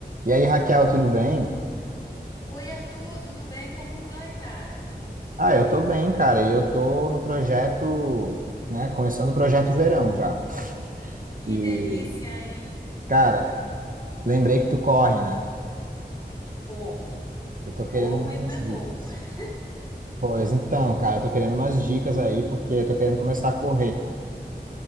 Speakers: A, on the right; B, on the left.
A: E aí, Raquel, tudo bem?
B: Oi, Arthur, tudo bem? Como vai, cara?
A: Ah, eu tô bem, cara. E eu tô no projeto, né? Começando o projeto verão já.
B: Que
A: E,
B: delícia, hein? Maravilha.
A: cara, lembrei que tu corre, né?
B: Corro.
A: E tô querendo
B: Corro
A: umas
B: e não é pouco.
A: dicas.
B: <laughs>
A: Pois então, cara, eu tô querendo umas dicas aí, porque eu tô querendo começar a correr.